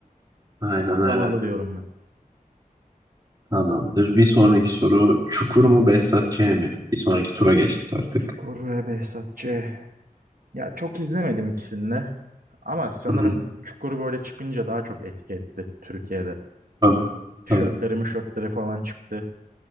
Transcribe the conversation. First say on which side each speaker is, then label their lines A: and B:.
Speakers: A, on the right (about 25°); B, on the right (about 75°).
A: Aynen
B: Adanalı
A: öyle.
B: diyorum ben.
A: Tamamdır. Bir sonraki soru Çukur mu Behzat Ç. mi? Bir sonraki tura geçtik artık.
B: Çukur ve Behzatçı. Ya çok izlemedim ikisini de. Ama sanırım
A: Hı hı.
B: Çukur böyle çıkınca daha çok etki etti Türkiye'de.
A: Tabii.
B: Tişörtleri
A: Tabii.
B: mişörtleri falan çıktı.